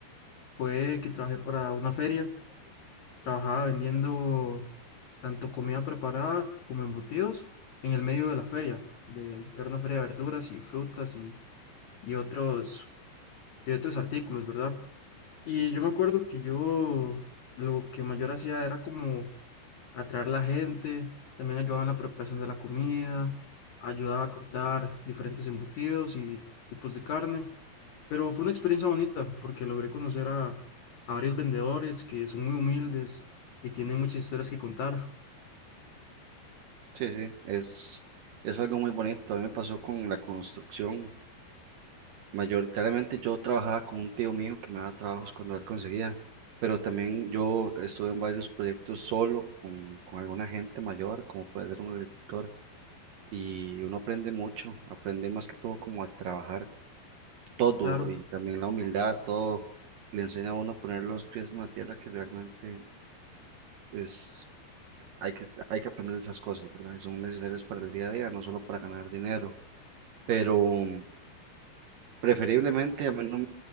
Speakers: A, on the left (about 80°); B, on the right (about 70°).
A: fue que trabajé para una feria. Trabajaba vendiendo tanto comida preparada como embutidos en el medio de la feria. De, era una feria de verduras y frutas y, y otros, y otros artículos, ¿verdad? Y yo me acuerdo que yo lo que mayor hacía era como atraer la gente, también ayudaba en la preparación de la comida, ayudaba a cortar diferentes embutidos y tipos de carne, pero fue una experiencia bonita porque logré conocer a, a varios vendedores que son muy humildes y tienen muchas historias que contar,
B: Sí, sí, es, es algo muy bonito. A mí me pasó con la construcción. Mayoritariamente yo trabajaba con un tío mío que me daba trabajos cuando él conseguía, pero también yo estuve en varios proyectos solo con, con alguna gente mayor, como puede ser un agricultor, y uno aprende mucho, aprende más que todo como a trabajar todo
A: claro,
B: y también la humildad, todo le enseña a uno a poner los pies en la tierra que realmente es hay que, hay que aprender esas cosas, ¿verdad? Y son necesarias para el día a día, no solo para ganar dinero. Pero mm, preferiblemente a mí no,